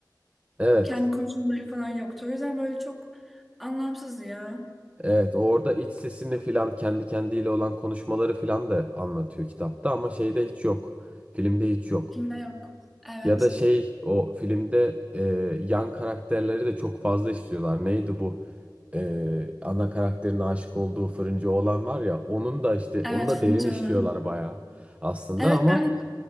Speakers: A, on the right; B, in the centre.
A: evet.
B: Kendi konuşmaları falan yoktu. O yüzden böyle çok anlamsızdı ya.
A: Evet orada iç sesini filan kendi kendiyle olan konuşmaları filan da anlatıyor kitapta ama şeyde hiç yok. Filmde hiç yok.
B: Filmde yok. Evet.
A: Ya da şey o filmde e, yan karakterleri de çok fazla istiyorlar. Neydi bu? E, ana karakterin aşık olduğu fırıncı oğlan var ya onun da işte
B: Evet
A: onu da
B: fırıncı
A: derin işliyorlar
B: olan.
A: bayağı aslında
B: Evet
A: ama
B: ben